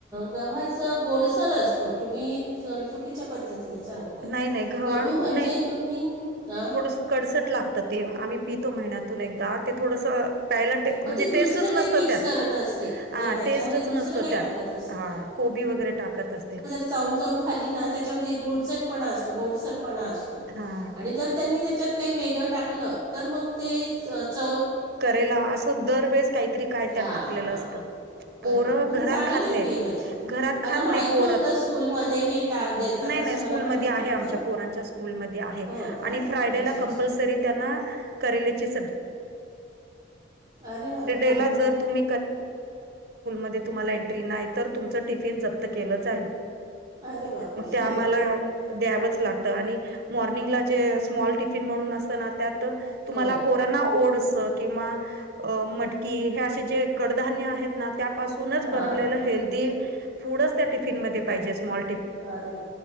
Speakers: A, on the right (about 20°); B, on the right (about 55°).
A: गव्हाचं गोडसर असतो तुम्ही च चुकीच्या पद्धतीने सांगा.
B: नाही नाही गव्हा
A: कडू म्हणजे
B: नाही
A: तुम्ही ह.
B: थोडंसं कडसट लागत ते आम्ही पितो महिन्यातून एकदा ते थोडस. पला
A: मग
B: म्हणजे
A: ते दुसरं
B: टेस्टच नसत
A: काही मिक्स
B: त्यात
A: करत असतील नाही
B: हा
A: त्याच्यामध्ये
B: टेस्टच
A: दुसरं
B: नसतं
A: काही
B: त्यात
A: टाकत असतील
B: हा. कोबी वगैरे टाकत असते.
A: चाऊन चावून खाली ना त्याच्यामध्ये एक गुळझटपणा असतो गोडसरपणा असतो.
B: हा.
A: आणि जर त्यांनी त्याच्यात काही वेगळं टाकलं तर मग ते च चव.
B: केला असं दरवेेळेस काहीतरी काय त्यात
A: हां
B: टाकलेलं
A: हां
B: असतं.
A: बरोबर
B: पोरं
A: पण
B: घरात
A: चांगलं
B: खात
A: आहे
B: नाहीत
A: हे म्हणजे
B: घरात
A: मला
B: खात
A: माहीत
B: नाहीत पोरत.
A: नव्हतं स्कूलमध्ये हे टा देतात
B: नाही
A: असं
B: नाही स्कूलमध्ये
A: मला माहीत
B: आहे
A: नव्हतं
B: आमच्या पोरांच्या स्कूलमध्ये आहे
A: हो का
B: आणि फ्रायडेला
A: अच्छा अच्छा
B: कंपल्सरी. त. घे
A: अरे वा
B: आला तुम एंट नाही तर तुमचफन ज के जाई.
A: अरे बापरे
B: मग ते आम्हाला. द्यावच लागत आणि मॉर्निंगला जे स्मॉल टिफिन म्हणून असत ना त्यात. तुम्हाला
A: हो
B: पोरना ओड्स किंवा मटकी हे असे जे कडधान्य आहेत. त्यापूनच
A: हां
B: बन
A: हां
B: हेल् फूड त्या टिफिन मजे स्म.
A: अरे वा